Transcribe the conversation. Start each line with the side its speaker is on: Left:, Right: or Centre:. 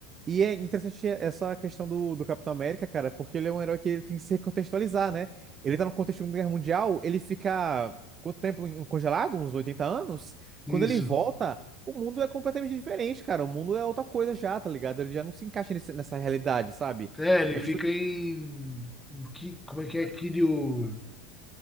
Right: E é interessante essa questão do, do Capitão América, cara, porque ele é um herói que ele tem que se recontextualizar, né? Ele tá no contexto de uma Guerra Mundial, ele fica quanto tempo em- congelado? Uns 80 anos?
Centre: Isso.
Right: Quando ele volta, o mundo é completamente diferente, cara. O mundo é outra coisa já, tá ligado? Ele já não se encaixa nesse- nessa realidade, sabe?
Centre: É, ele
Right: E
Centre: fica
Right: a
Centre: em... em Ki- como é que é? Kiryu...